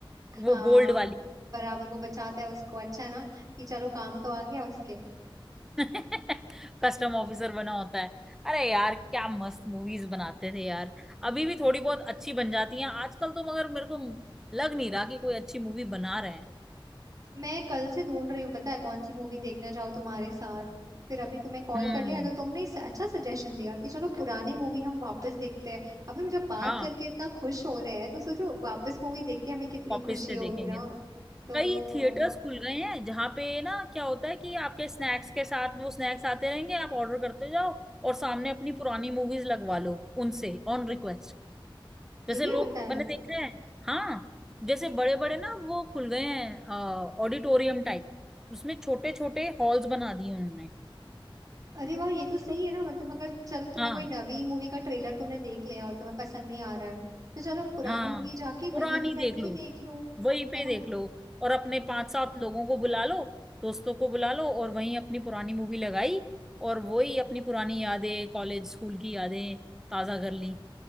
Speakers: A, on the right; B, in the centre.
A: हाँ
B: वो गोल्ड वाली
A: बराबर वो बचाता है उसको अच्छा है ना कि चलो काम तो आ गया उसके
B: <laughs> कस्टम ऑफिसर बना होता है अरे यार क्या मस्त मूवीज बनाते थे यार अभी भी थोड़ी बहुत अच्छी बन जाती हैं आजकल तो मगर मेरे को लग नहीं रहा कि कोई अच्छी मूवी बना रहे हैं
A: मैं कल से ढूंढ रही हूँ पता है कौन सी मूवी देखने जाऊँ तुम्हारे साथ फिर अभी तुम्हें कॉल
B: हम्म
A: कर लिया तो तुमने इस अच्छा सजेशन दिया कि चलो पुरानी मूवी हम वापस देखते हैं अब हम जब बात
B: हाँ
A: करके इतना खुश हो रहे हैं तो सोचो वापस मूवी देख के हमें कितनी
B: कॉपीज
A: खुशी
B: से
A: होगी
B: देखेंगे
A: ना
B: तो
A: तो
B: कई थिएटर्स खुल गए हैं जहाँ पे ना क्या होता है कि आपके स्नैक्स के साथ वो स्नैक्स आते रहेंगे आप ऑर्डर करते जाओ और सामने अपनी पुरानी मूवीज लगवा लो उनसे ऑन रिक्वेस्ट
A: ये
B: जैसे
A: भी
B: लोग
A: होता है
B: मैंने देखा है हाँ जैसे बड़े बड़े ना वो खुल गए हैं ऑडिटोरियम टाइप उसमें छोटे छोटे हॉल्स बना दिए उन्होंने
A: अरे वाह ये तो सही है ना मतलब अगर चलो तुम्हें
B: हाँ
A: कोई नवी मूवी का ट्रेलर तुमने देख लिया और तुम्हें पसंद नहीं आ रहा है तो चलो पुरानी
B: हाँ
A: मूवी जाके
B: पुरानी
A: वहीं पे
B: देख
A: बैठ
B: लो
A: के देख लो
B: वहीं पे
A: है ना
B: देख लो और अपने पांच सात लोगों को बुला लो दोस्तों को बुला लो और वहीं अपनी पुरानी मूवी लगाई और वही अपनी पुरानी यादें कॉलेज स्कूल की यादें ताजा कर ली